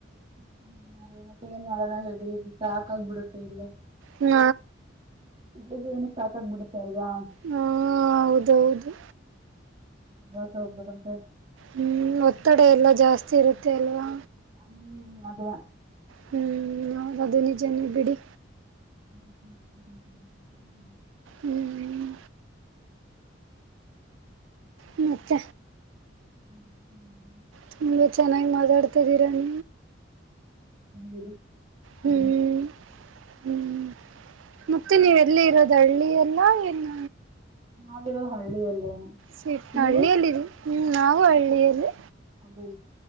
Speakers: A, on the right; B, on the right.
A: ಹ್ಮ ಮರಿ ಮತ್ತೆ ಏನ್ ಮಾಡನಾಗಡಿ ಸಾಕಾಗಬಿಡುತ್ತೆ ಇಲ್ಲೆ
B: ಹ್ಮ
A: ಇಲ್ಲಿ ಜೀವ್ನ ಸಾಕಾಗ್ಬಿಡುತ್ತೆ ಅಲ್ವಾ
B: ಹಾ ಹೌದೌದು
A: ಪ್ರವಾಸ ಹೋಗ್ಬೇಕಂತ
B: ಹ್ಮ್ ಒತ್ತಡ ಎಲ್ಲ ಜಾಸ್ತಿ ಜಾಸ್ತಿ ಇರುತ್ತೆ ಅಲ್ವಾ
A: ಹ್ಮ್ ಅದ
B: ಹ್ಮ್ ನ ಅದು ನಿಜನೇ ಬಿಡಿ
A: ಅ
B: ಹ್ಮ್ ್ಮ ಮಚ್ಚ
A: ಹ್ಮ್ ಹ್ಮ್
B: ತುಂಬಾ ಚೆನ್ನಾಗ್ ಮಾತಾಡ್ತಾ ಇದಿ ಇದನ್ನ
A: ಹ ಬಿಡ ಹ
B: ಹ್ಮ್ ಹ್ಮ್ ಮತ್ತೆ ನೀವೆಲ್ಲಿ ಇರೋದ ಹಳ್ಳಿ ಎಲ್ಲ ಏನು
A: ನಾವಿರೋ ಹಳ್ಳಿಯಲ್ಲೇ
B: ಸಟ್
A: ನೀವು
B: ಹಳ್ಳಿಯಲ್ಲಿ ಹ್ಮ ನಾವು ಹಳ್ಳಿಯಲ್ಲಿ
A: ಹಮ್ಮೇ